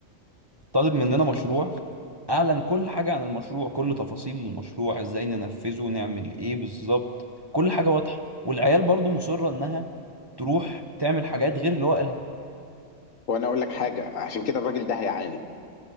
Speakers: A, on the right; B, on the left.
A: طالب مننا مشروع اعلن كل حاجه عن المشروع كل تفاصيل المشروع ازاي ننفذه نعمل ايه بالظبط كل حاجه واضحه والعيال برضو مصره انها تروح تعمل حاجات غير اللي هو قالها
B: وانا اقول لك حاجه عشان كده الراجل ده هيعاني